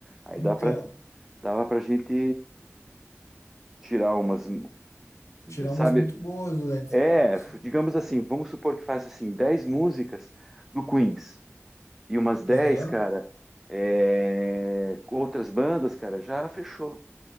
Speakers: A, in the centre; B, on the left.
A: Aí
B: Então,
A: dá pra, dava pra gente tirar umas,
B: tirar
A: sabe?
B: umas muito boas do Led Zeppelin.
A: É,
B: sim.
A: digamos assim, vamos supor que faça assim 10 músicas do Queens e umas dez
B: Aham.
A: cara, é, com outras bandas, cara, já fechou.